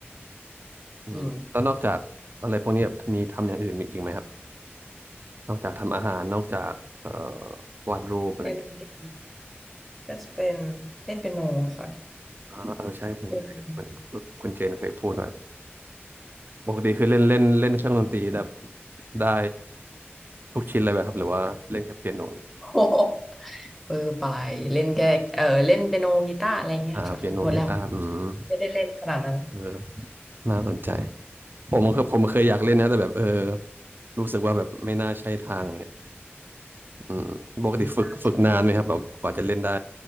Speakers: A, on the right; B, in the centre.
A: อืมแล้วนอกจากอะไรพวกนี้แบบมีทำอย่างอื่นมีอีกไหมครับ
B: จริง
A: นอกจากทำอาหาร นอกจากเอ่อวาดรูปอะไรเงี้ย
B: ในดนตรีก็จะเป็นเล่นเปียโนค่ะ
A: อ่าเออใช่ผมันมันคุณเจนเคยพูดว่า
B: เล่นเป็น
A: ปกติคือเล่นเล่นเล่นเครื่องดนตรีแบบได้ทุกชิ้นเลยไหมครับหรือว่าเล่นแค่เปียโนอย่างเดียว
B: โอ้โหเออไปเล่นแค่เออเล่นเปียโนกีตาร์อะไรเงี้ยค่ะหมดแล้ว
A: อ่าเปียโนกีตาร์อืม
B: ไม่ได้เล่นขนาดนั้น
A: เออน่าสนใจผมเคยผมเคยอยากเล่นนะแต่แบบเออรู้สึกว่าแบบไม่น่าใช่ทางอย่างเงี้ยอืมปกติฝึกฝึกนานไหมครับแบบกว่าจะเล่นได้
B: ยากใช่ไหม